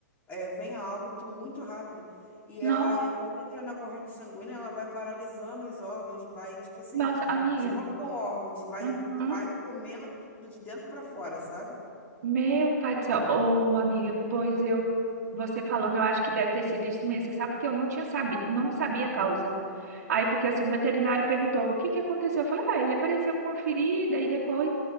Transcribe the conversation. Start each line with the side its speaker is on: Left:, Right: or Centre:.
Left: é, vem a óbito muito rápido. E ela,
Right: No-
Left: é, quando entra na corrente sanguínea, ela vai paralisando os órgãos, vai, tipo assim,
Right: Nossa, amiga.
Left: de órgão a órgão, de, vai,
Right: Uhum.
Left: vai comendo tudo de dentro para fora, sabe?
Right: Meu pai do céu. Ô, amiga, pois eu. Você falando, eu acho que deve ter sido isso mesmo. Você sabe porque eu não tinha sabi... não sabia a causa. Aí, porque assim, o veterinário perguntou o que que aconteceu. Eu falei, ah, ele apareceu com uma ferida e depois